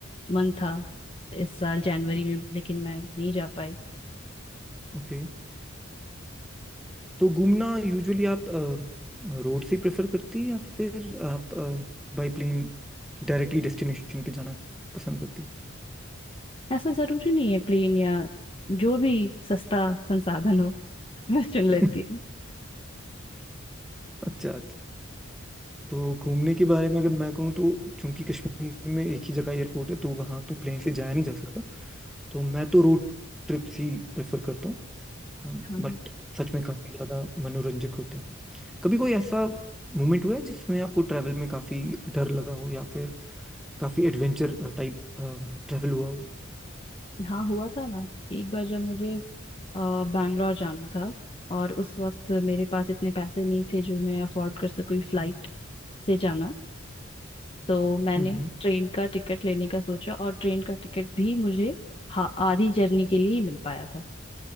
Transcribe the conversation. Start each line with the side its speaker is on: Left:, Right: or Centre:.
Left: मन था इस साल जनवरी
Centre: <laughs>
Left: में लेकिन मैं नहीं जा पाई
Centre: ओके तो घूमना यूजुअली आप रोड से प्रेफर करती है या फिर आप बाय प्लेन डायरेक्टली डेस्टिनेशन पे जाना पसंद करती है
Left: ऐसा जरूरी नहीं है प्लेन या जो भी सस्ता संसाधन हो <laughs> मैं चुन लेती
Centre: <laughs>
Left: हूँ
Centre: अच्छा अच्छा तो घूमने के बारे में अगर मैं कहूँ तो चूंकि कश्मीर में एक ही जगह एयरपोर्ट है तो वहाँ तो प्लेन से जाया नहीं जा सकता तो मैं तो रोड ट्रिप्स ही प्रेफर करता हूँ
Left: हाँ
Centre: बट सच में काफ़ी ज़्यादा मनोरंजक होता है कभी कोई ऐसा मोमेंट हुआ है जिसमें आपको ट्रैवल में काफ़ी डर लगा हो या फिर काफ़ी एडवेंचर टाइप ट्रैवल हुआ हो
Left: हाँ, हुआ था ना एक बार जब मुझे अ, बैंगलोर जाना था और उस वक्त मेरे पास इतने पैसे नहीं थे जो मैं अफोर्ड कर सकूँ फ्लाइट से जाना तो मैंने
Centre: हम्म
Left: ट्रेन का टिकट लेने का सोचा और ट्रेन का टिकट भी मुझे हा- आधी जर्नी के लिए ही मिल पाया था